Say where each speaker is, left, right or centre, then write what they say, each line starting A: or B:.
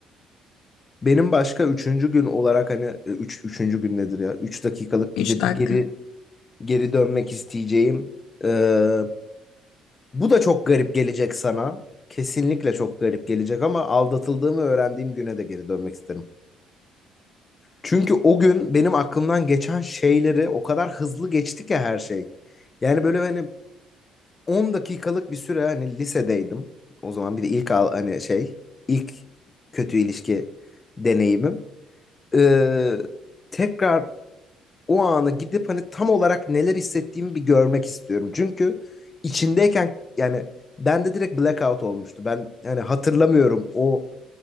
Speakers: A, on the left; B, on the left.
A: Benim başka üçüncü gün olarak hani e, üç, üçüncü gün nedir ya? Üç dakikalık
B: <laughs> Üç
A: gidip
B: dakika.
A: geri geri dönmek isteyeceğim. Ee, bu da çok garip gelecek sana. Kesinlikle çok garip gelecek ama aldatıldığımı öğrendiğim güne de geri dönmek isterim. Çünkü o gün benim aklımdan geçen şeyleri o kadar hızlı geçti ki her şey. Yani böyle hani 10 dakikalık bir süre hani lisedeydim. O zaman bir de ilk al, hani şey ilk kötü ilişki deneyimim. Ee, tekrar o ana gidip hani tam olarak neler hissettiğimi bir görmek istiyorum. Çünkü içindeyken yani bende direkt blackout olmuştu. Ben yani hatırlamıyorum o